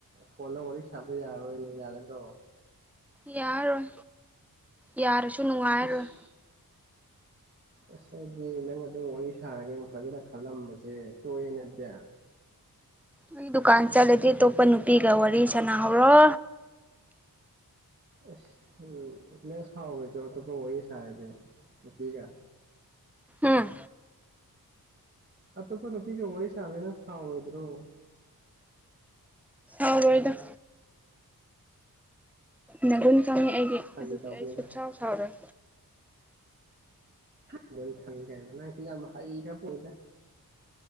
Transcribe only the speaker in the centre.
ꯌꯥꯔꯣꯏ ꯌꯥꯔꯁꯨ ꯅꯨꯡꯉꯥꯏꯔꯣꯏ
ꯑꯩ ꯗꯨꯀꯥꯟ ꯆꯠꯂꯗꯤ ꯑꯇꯣꯞꯄ ꯅꯨꯄꯤꯒ ꯋꯥꯔꯤ ꯁꯥꯟꯅꯍꯧꯔꯣ
ꯎꯝ
ꯁꯥꯎꯔꯣꯏꯗ ꯅꯒꯨꯟ ꯈꯪꯉꯤ ꯑꯩꯗꯤ
ꯑꯗꯨꯒꯤ
ꯑꯩ ꯁꯨꯛꯁꯥꯎ ꯁꯥꯎꯔꯣꯏ